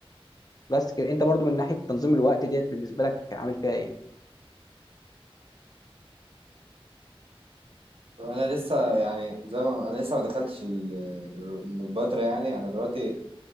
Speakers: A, on the left (about 40°); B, on the right (about 65°).
A: بس كده انت برضو من ناحية تنظيم الوقت ديت بالنسبة لك عامل فيها ايه؟
B: طب انا لسه يعني زي ما انا لسه ما دخلتش ال- المبادره يعني انا دلوقتي